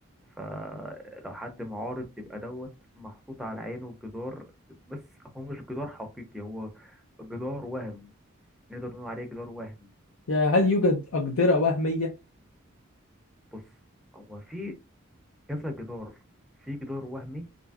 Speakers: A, in the centre; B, on the left.
A: فلو حد معارض يبقى دوت محطوط على عينه جدار بس هو مش جدار حقيقي هو جدار وهمي نقدر نقول عليه جدار وهمي
B: يا هل يوجد اقدره وهميه
A: بص هو في كذا جدار في جدار وهمي